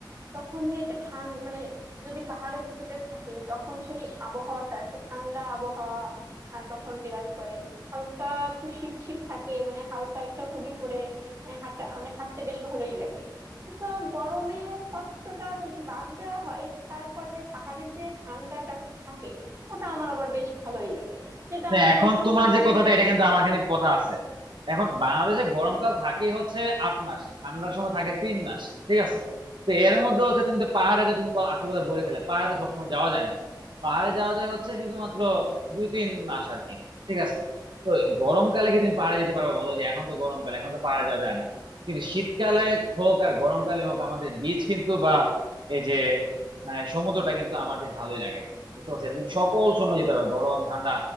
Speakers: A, on the right (about 35°); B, on the right (about 80°).
A: তখন যে একটা ঠান মানে যদি পাহাড়ের উঁচুতে থাকি তখন সেই আবহাওয়াটা একটা ঠান্ডা আবহাওয়া আহ, তখন বিরাজ করে হালকা একটু শীত শীত থাকে মানে হালকা একটা হুডি পরে আহ, হাঁটা মানে হাঁটতে বেশ ভালোই লাগে তো গরমের কষ্টটা যদি বাদ দেওয়া হয় তারপরে পাহাড়ের যে ঠান্ডাটা থাকে ওটা আমার আবার বেশ ভালোই লাগে যেটা
B: না
A: আমার
B: এখন
A: মনে হয়
B: তোমার
A: সমুদ্রে
B: যে কথাটা
A: গেলে
B: এটা কিন্তু
A: আমরা
B: আমার
A: পাই
B: এখানে
A: না
B: কথা আছে এখন বাংলাদেশে গরমকাল
A: হ্যাঁ বলো
B: থাকে হচ্ছে আট মাস ঠান্ডার সময় থাকে তিন মাস ঠিক আছে তো এর মধ্যে হচ্ছে তুমি তো পাহাড়ে তো তুমি ক- আসল কথা বলে ফেলে পাহাড়ে তো সবসময় যাওয়া যায় না পাহাড়ে যাওয়া যায় হচ্ছে শুধুমাত্র দুই তিন মাস আর কি ঠিক আছে তো গরমকালে কি তুমি পাহাড়ে যেতে পারবে বলো যে এখন তো গরমকালে এখন তো পাহাড়ে যাওয়া যায় না কিন্তু শীতকালে হোক আর গরমকালে হোক আমাদের বিচ কিন্তু বা এই যে মানে সমুদ্রটা কিন্তু আমার বেশ ভালোই লাগে বুঝতে পারছো এটা তুমি সকল সময় যেতে পারবে গরম ঠান্ডা